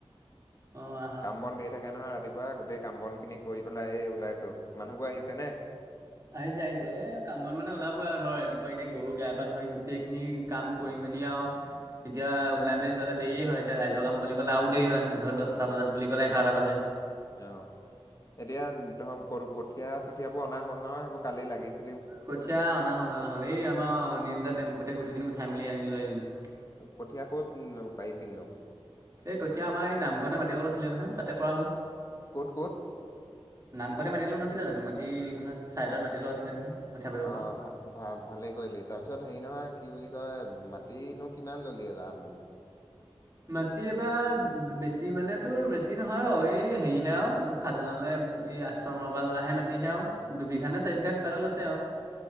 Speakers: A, on the right; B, on the left.
A: অ আহ
B: কাম বন ধেৰ থাকে নহয় ৰাতিপুৱা গোটেই কাম বনখিনি কৰি পেলাই এই ওলাইছোঁ মানুহবোৰ আহিছেনে
A: আহিছে আহিছে এ কাম বন মানে ওলাবই আৰু ধৰ ৰাতিপুৱা এতিয়া গৰু গা পা ধৰি গোটেইখিনি কাম কৰি মেলি আৰু এতিয়া ওলাই মেলি যোৱালে দেৰিয়ে হয় এতিয়া ৰাইজৰ কাম বুলি ক'লে আৰু দেৰি হয় ধৰ দচটা বজাত বুলি ক'লে এঘাৰটা বাজে
B: অ এতিয়া ধৰ ক কঠীয়া চঠিয়াবোৰ অনা হল নহয় সেইবোৰ কালি লাগিছে
A: কঠীয়া অনা হ'ল অনা হল এই আমাৰ অনিল দা তেম্পুতে গোটেইখিনি উঠাই মেলি আনিলো আনিলোঁ
B: কঠীয়া ক'ত পাৰিছিল নো
A: এই কঠীয়া আমাৰ এই নামঘৰতে মাটি অলপ আছিলে নহয় তাতে পৰা হ'ল
B: ক'ত ক'ত
A: নামঘৰতে মাটি লোৱা নাছিলে জানো মাটি এখনত ছাইডত মাটি অলপ আছিলে নহয় কঠীয়া পাৰিব
B: অ অ
A: পৰা
B: ভা ভা ভালেই কৰিলি তাৰপিছত হেৰি নহয় কি বুলি কয় মাটিনো কিমান ললি এইবাৰ
A: মাটি এবাৰ বেছি মানেতো বেছি নহয় অ এই হেৰিহে আও খাজনালৈ এই আশ্ৰমৰ পৰা লোৱাহে মাটিহে আৰু দুবিঘা নে চাৰি বিঘা কিবা এটা লৈছে আৰু